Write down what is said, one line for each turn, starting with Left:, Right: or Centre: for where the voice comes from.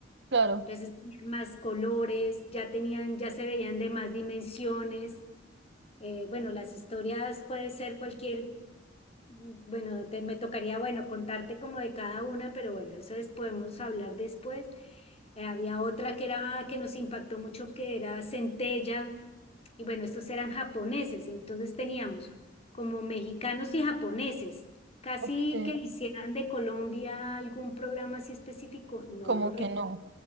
Right: claro.
Left: Entonces tenían más colores, ya tenían, ya se veían de más dimensiones. Eh, bueno, las historias puede ser cualquier bueno, te, me tocaría, bueno, contarte como de cada una, pero bueno, eso es- podemos hablar después. Eh, había otra que era, que nos impactó mucho, que era Centella, y bueno, estos eran japoneses, entonces teníamos como mexicanos y japoneses, casi
Right: Ok,
Left: que hicieran de Colombia algún programa así específico, no
Right: como
Left: lo recuerdo,
Right: que no.